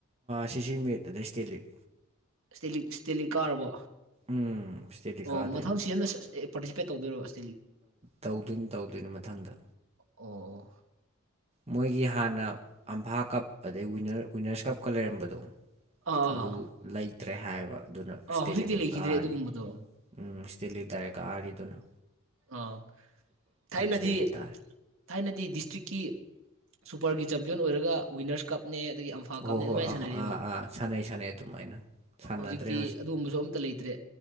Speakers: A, on the right; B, on the right.
A: ꯁꯤ ꯁꯤ ꯃꯤꯠ ꯑꯗꯩ ꯏꯁꯇꯤ ꯂꯤꯛ
B: ꯁ꯭ꯇꯦꯂꯤꯛ ꯁ꯭ꯇꯦꯂꯤꯛ ꯀꯥꯔꯕꯣ
A: ꯎꯝ ꯏꯁꯇꯦꯂꯤꯛ
B: ꯑꯣ
A: ꯀꯥꯗꯣꯏꯅꯤ
B: ꯃꯊꯪ ꯁꯤꯖꯟꯅ ꯑꯦ ꯄꯥꯔꯇꯤꯁꯤꯄꯦꯠ ꯇꯧꯤꯔꯣ ꯑꯁ
A: ꯇꯧꯗꯣꯏꯅꯤ ꯇꯧꯗꯣꯏꯅꯤ ꯃꯊꯪꯗ
B: ꯑꯣ
A: ꯃꯣꯏꯒꯤ ꯍꯥꯟꯅ ꯑꯝꯐꯥ ꯀꯞ ꯑꯗꯩ ꯋꯤꯟꯅꯔꯁ ꯀꯞꯀ ꯂꯩꯔꯝꯕꯗꯣ
B: ꯑꯥ
A: ꯑꯗꯨ ꯂꯩꯇ꯭ꯔꯦ ꯍꯥꯏꯕ ꯑꯗꯨꯅ
B: ꯑꯥ
A: ꯏꯁꯇꯦꯂꯤꯀꯣꯏꯟ
B: ꯍꯧꯖꯤꯛꯇꯤ ꯂꯩꯈꯤꯗ꯭ꯔꯦ
A: ꯀꯥꯔꯅꯤ
B: ꯑꯗꯨꯒꯨꯝꯕꯗꯣ
A: ꯎꯝ ꯁꯤꯇꯤꯜꯂꯤꯛ ꯗꯥꯏꯔꯦꯛ ꯀꯥꯔꯤꯗꯨꯅꯣ
B: ꯑꯥ ꯊꯥꯏꯅꯗꯤ
A: ꯏꯁꯇꯦꯂꯤꯛ ꯇꯥꯔꯦ
B: ꯊꯥꯏꯅꯗꯤ ꯗꯤꯁꯇ꯭ꯔꯤꯛꯀꯤ ꯁꯨꯄꯔꯒꯤ ꯆꯦꯝꯄꯤꯌꯟ ꯑꯣꯏꯔꯒ ꯋꯤꯟꯅꯔꯁ ꯀꯞꯅꯦ ꯑꯗꯒꯤ ꯑꯝꯐꯥ
A: ꯍꯣꯏ
B: ꯀꯞꯅꯦ ꯑꯗꯨꯃꯥꯏꯅ
A: ꯍꯣꯏ ꯑꯥ
B: ꯁꯥꯟꯅꯔꯛꯑꯦꯕ
A: ꯑꯥ ꯑꯥ ꯁꯥꯟꯅꯩ ꯁꯥꯟꯅꯩ ꯑꯗꯨꯃꯥꯏꯅ ꯁꯥꯟꯅꯗ꯭ꯔꯦ
B: ꯍꯧꯖꯤꯛꯇꯤ ꯑꯗꯨꯒꯨꯝꯕꯁꯨ ꯑꯝꯇ ꯂꯩꯇ꯭ꯔꯦ